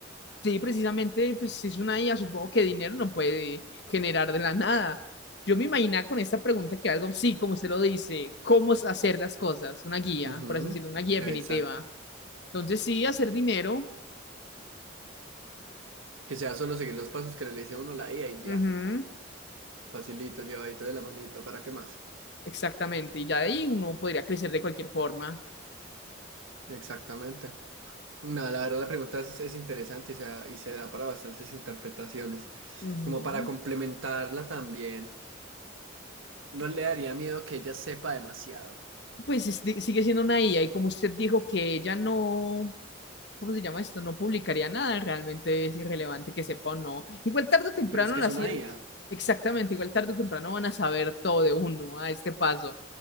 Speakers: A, on the left; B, on the right.
A: Sí, precisamente, pues si es una IA, supongo que dinero no puede generar de la nada. Yo me imaginaba con esta pregunta que algo, sí, como usted lo dice, cómo es hacer las cosas, una guía,
B: Ujú,
A: por así decirlo, una guía definitiva.
B: exacto.
A: Entonces sí, hacer dinero.
B: Que sea solo seguir los pasos que le dice a uno la IA y ya.
A: Ujú.
B: Facilito, llevadito de la manito, ¿para qué más?
A: Exactamente, y ya de ahí uno podría crecer de cualquier forma.
B: Exactamente. Nada, la verdad la pregunta es, es interesante y se, da- y se da para bastantes interpretaciones.
A: Ujú.
B: Como para complementarla también, no le daría miedo que ella sepa demasiado.
A: Pues es- di- sigue siendo una IA y como usted dijo que ella no, ¿cómo se llama esto? No publicaría nada, realmente es irrelevante que sepa o no. Igual tarde o temprano
B: Pero es que
A: las
B: es una
A: IAs,
B: IA,
A: exactamente, igual tarde o temprano van a saber todo de uno a este paso.